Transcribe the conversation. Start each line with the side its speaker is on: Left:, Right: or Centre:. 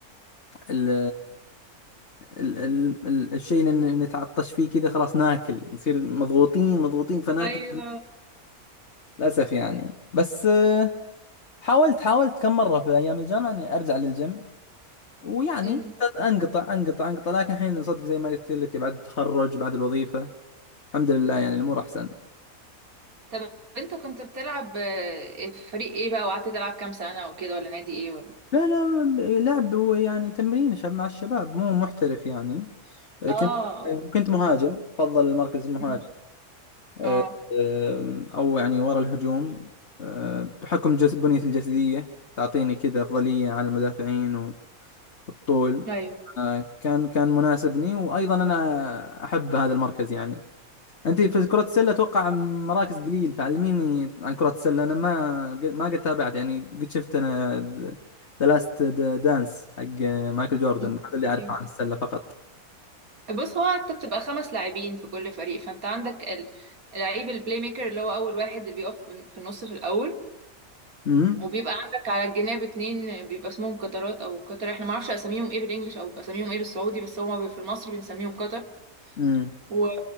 Left: ال... ال... ال... ال... الشيء اللي نتعطش فيه كذا خلاص ناكل نصير مضغوطين مضغوطين فناكل
Right: ايوه
Left: للأسف يعني بس آه، حاولت حاولت كم مرة في أيام الجامعة إني أرجع للجيم ويعني
Right: امم
Left: انقطع انقطع انقطع لكن الحين صدق زي ما قلت لك بعد التخرج بعد الوظيفة الحمد لله يعني الامور احسن
Right: طب انت كنت بتلعب آه، في فريق ايه بقى وقعدت تلعب كام سنة وكده ولا نادي ايه ولا
Left: لا لا لعب يعني تمرين شباب مع الشباب مو محترف يعني
Right: اه
Left: كنت كنت مهاجم بفضل المركز المهاجم
Right: أمم.
Left: أه،
Right: اه
Left: أم، او يعني ورا الهجوم أه، بحكم جس بنيتي الجسدية تعطيني كذا افضلية على المدافعين والطول
Right: ايوه
Left: أه، كان كان مناسبني وايضا انا احب هذا المركز يعني انت في كرة السلة اتوقع مراكز قليل فعلميني عن كرة السلة انا ما ما قد تابعت يعني قد شفت انا ذا لاست دانس حق مايكل جوردن
Right: اوكي
Left: هذا اللي اعرفه عن السلة فقط
Right: بص هو انت بتبقى خمس لاعبين في كل فريق فانت عندك ال- لعيب البلاي ميكر اللي هو اول واحد اللي بيقف في في النص في الاول
Left: امم
Right: وبيبقى عندك على الجناب اتنين بيبقى اسمهم قطرات او قطر احنا ما اعرفش اساميهم ايه بالانجلش او اساميهم ايه بالسعودي بس هو في المصري بنسميهم قطر
Left: امم
Right: و...